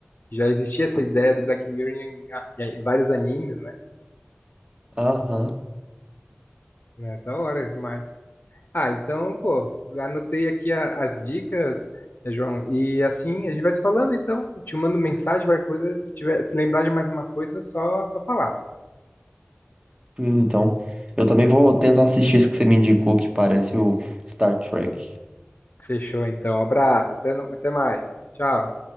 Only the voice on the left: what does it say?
Já existia essa ideia do Black Mirror em, em vários animes, né?
É da hora demais. Ah, então, pô, anotei aqui a- as dicas, né, João. E assim, a gente vai se falando, então. Te mando mensagem, qualquer coisa. Se tiver, se lembrar de mais uma coisa, é só, só falar.
Fechou, então. Abraço. Até, no- até mais. Tchau.